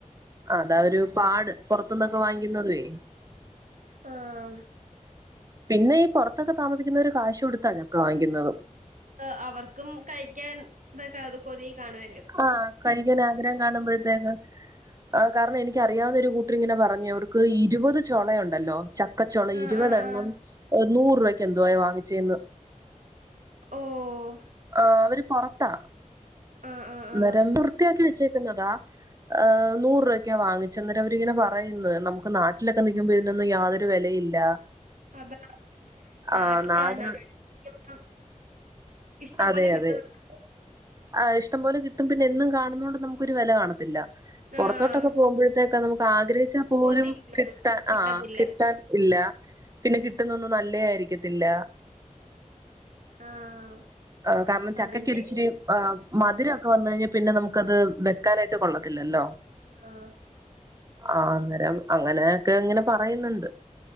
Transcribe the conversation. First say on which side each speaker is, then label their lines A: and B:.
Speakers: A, on the right; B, on the right.
A: ആഹ് താ ഒരു പാട്. പൊർത്തൂന്നൊക്കെ വാങ്ങിക്കുന്നതുവേ
B: ആഹ്
A: പിന്നെ ഈ പൊറത്തൊക്കെ താമസിക്കുന്നവര് കാശ് കൊട്ത്താ ചക്ക വാങ്ങിക്കുന്നത്.
B: ആഹ് അവർക്കും കഴിക്കാൻ തൊക്കെ അ കൊതി കാണുവാല്ലോ
A: ആഹ് കഴിക്കാൻ ആഗ്രഹം കാണുമ്പഴത്തേക്ക്. ആഹ് കാരണം എനിക്കറിയാവുന്ന ഒരു കൂട്ടര് ഇങ്ങനെ പറഞ്ഞു അവർക്ക് ഇരുപത് ചൊളയൊണ്ടല്ലോ ചക്കച്ചൊള
B: ആഹ്
A: ഇരുപതെണ്ണം
B: ആഹ് ആഹ്
A: ഏഹ് നൂറ് രൂപയ്ക്ക് എന്തുവാ വാങ്ങിച്ചേന്ന്
B: ഓഹ്
A: ആഹ് അവര് പൊറത്താ
B: ആഹ് ആഹ്
A: അന്നേരം
B: ആഹ്
A: വൃത്തിയാക്കി വെച്ചേക്കുന്നതാ ഏഹ് നൂറ് രൂപക്കാ വാങ്ങിച്ചന്നേരം അവരിങ്ങനെ പറയ്ന്ന് നമുക്ക് നാട്ടിലൊക്കെ നിക്കുമ്പോ ഇതിനൊന്നും യാതൊരു ഒര് വെലയില്ല
B: അതാ നാട്ടില്
A: ആഹ് നാട്
B: നാട്ടി <unintelligible> ഇഷ്ട്ടം
A: അതെ
B: പോലെ കിട്ടു
A: അതെ
B: <unintelligible>
A: ആഹ് ഇഷ്ട്ടം പോലെ കിട്ടും പിന്നെ എന്നും കാണുന്നതുകൊണ്ട് നമുക്കൊരു വെല കാണത്തില്ല പൊറത്തോട്ട്
B: ആഹ്
A: ട്ടൊക്കെ പോകുമ്പഴ്ത്തേക്കാ നമുക്ക് ആഗ്രഹിച്ചാ പോലും
B: കൊതി
A: കിട്ടാൻ
B: കിട്ടത്തില്ല
A: ആഹ് കിട്ടാൻ ഇല്ല പിന്നെ കിട്ടുന്നൊന്നും നല്ലേ ആയിരിക്കത്തില്ല
B: ആഹ്
A: ആഹ് കാരണം ചക്കക്ക്
B: അതും ശരിയാ
A: ഒര് ഇച്ചിരി മധുരൊക്കെ വന്ന് കഴിഞ്ഞാ പിന്നെ നമുക്ക് ക്കത് വെക്കാനായിട്ട് കൊള്ളത്തില്ലല്ലോ
B: ആഹ്
A: ആഹ് അന്നേരം അങ്ങനെയൊക്കെ ഇങ്ങനെ പറയുന്നുണ്ട്